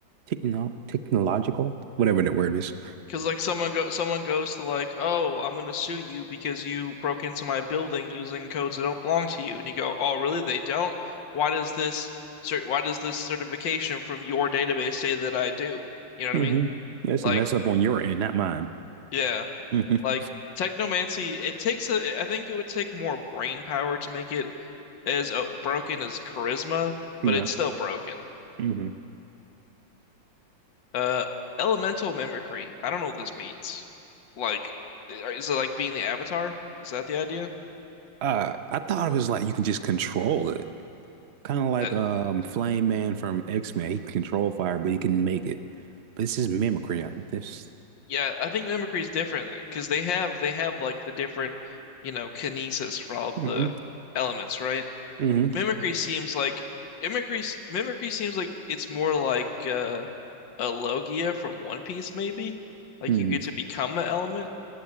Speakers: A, on the right; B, on the left.
A: techno technological, whatever that word is.
B: Because like someone go someone goes to like, oh, I'm gonna sue you because you broke into my building using codes that don't belong to you, and you go, oh, really? They don't? Why does this cert why does this certification from your database say that I do? You know
A: Mm-hmm.
B: what I mean?
A: Yeah, it's
B: Like,
A: a mess up on your end, not mine.
B: yeah,
A: hmm
B: like technomancy. It takes a. I think it would take more brain power to make it as uh, broken as charisma,
A: Yeah.
B: but it's still broken.
A: hmm
B: Uh, elemental mimicry. I don't know what this means. Like, is it like being the avatar? Is that the idea?
A: Uh, I thought it was like you can just control it, kind of like
B: That,
A: um Flame Man from X-Men. He can control fire, but he can make it. But it's just mimicry. I This.
B: yeah, I think mimicry is different because they have they have like the different, you know, kinesis for all of
A: hmm
B: the elements, right?
A: hmm
B: Mimicry seems like mimicry mimicry seems like it's more like uh, a Logia from One Piece, maybe. Like
A: Mm.
B: you get to become an element,